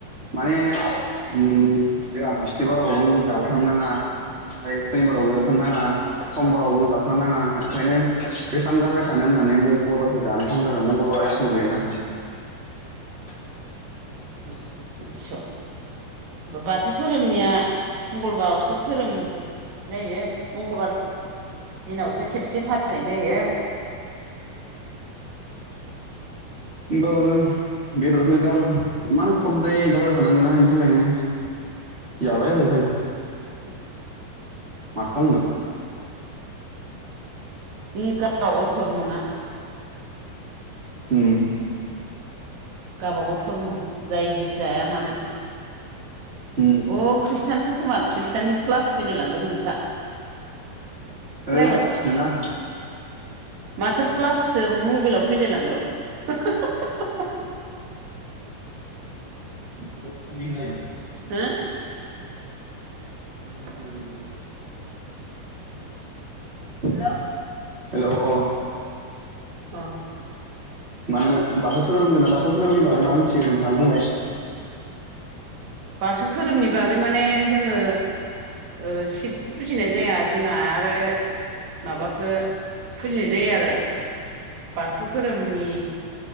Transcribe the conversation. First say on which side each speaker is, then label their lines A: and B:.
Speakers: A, on the right; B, on the right.
A: माने जोंहा बिस्थिबारावबो जाथों। जाथारनाङा ओमफ्राय सेम्बारावबो जाथारनााङा समबारावबो जाथारनाङा। ओंखायनो बेसेबां गारबाय थानो होननानै मंगलबारखौ जानाय खालामदों आरो मंगलबार एख' गैयाना। <inaudible>
B: ए इदिसो। बाथौ धोरोमनिया मंगलबारावसो धोरोम। जायो मंगलबार। दिनावसो खेबसे फालिनाय जायो।
A: ओमबाबो। बेदरखौ गार इमान खददाय गारबाय थानांगोना बेनि थाखायनो जाबाय जों नखानि
B: उम।
A: मा खालामगासिनो दं।
B: बि गाबा गाव धर्मना।
A: उम।
B: गावबागाव धर्म जाय जि जाया मानो।
A: उम
B: अ खृष्टानसो खोमा खृष्टाननि प्लास फैलाय लांदो नोंसा। खोनायाखै।
A: ओइ नोंङा
B: माथो प्लाससो मबाइलाव फैलायलांद'।
A: <unintelligible>
B: हो <unintelligible>
A: हेल हेल' अ।
B: अ
A: माने बाथौ धोरोमनि मिथिग नोंथाङा बुंलाय।
B: बाथौ धोरोमनि बागै माने जोङो ओ शिबखौ फुजिनाय जाया जोंहा आरो माबााखौ फुजिनाय जायो आरो बाथौ धोरोमनि